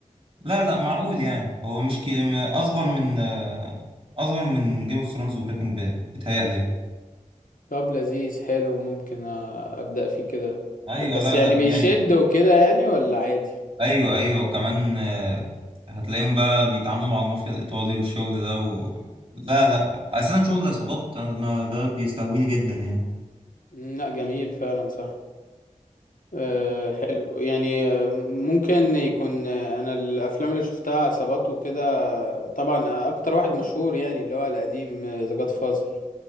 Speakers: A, on the right (about 40°); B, on the left (about 80°).
A: لا لا معقول يعني هو مش كي... أصغر من آه، أصغر من جيم اوف ثرونز وبريكنج باد بيتهيألي يعني
B: طب لذيذ حلو ممكن آه، ابدأ فيه كده
A: أيوه
B: بس
A: لا
B: يعني
A: لا
B: بيشد
A: جامد
B: وكده يعني ولا عادي
A: أيوه أيوه وكمان آه، هتلاقيهم بقى بيتعاملوا مع المافيا الإيطالي والشغل ده و... لا لا أساسا شغل العصابات أنا ده بيستهويني جدا يعني
B: مم، لا جميل فعلا صح أه حلو يعني آه، ممكن يكون آه، انا الافلام اللي شفتها عصابات وكده آه، طبعا آه، اكتر واحد مشهور يعني اللي هو القديم ذا جاد فازر